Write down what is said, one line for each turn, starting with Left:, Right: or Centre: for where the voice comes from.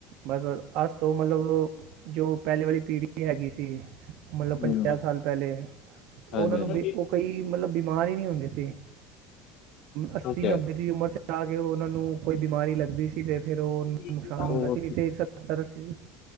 Right: ਬਸ-ਬਸ ਆਜ ਤੋ ਮਤਲਬ ਕੇ ਜੋ ਪਹਿਲੇ ਵਾਲੀ ਪੀੜ੍ਹੀ ਹੈਗੀ ਸੀ, ਮਤਲਬ
Left: ਰਹੇ
Right: ਪੰਜਾਹ
Left: ਹਮ,
Right: ਸਾਲ ਪਹਿਲੇ, ਉਹ
Left: ਹਾਂਜੀ
Right: ਉਹਨਾਂ ਨੂੰ
Left: ਹਾਂਜੀ
Right: ਬ ਉਹ ਕਈ ਮਤਲਬ ਬਿਮਾਰ ਹੀ ਨਹੀਂ ਹੁੰਦੇ ਸੀ। ਅੱਸੀ,
Left: ਉਹ ਕਿਆ
Right: ਨੱਬੇ ਦੀ ਉਮਰ ਚ ਆ ਕੇ ਉਹ ਉਹਨਾਂ ਨੂੰ ਕੋਈ ਬਿਮਾਰੀ ਲੱਗ ਦੀ ਸੀ ਤੇ ਫਿਰ ਉਹ
Left: ਹੈ
Right: ਨੁਕਸਾਨ
Left: ਉਹ
Right: ਹੁੰਦਾ ਸੀ ਤੇ ਸੱਤਰ-ਅਸੀ